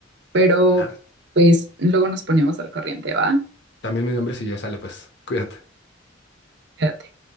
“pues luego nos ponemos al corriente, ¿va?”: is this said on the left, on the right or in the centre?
Right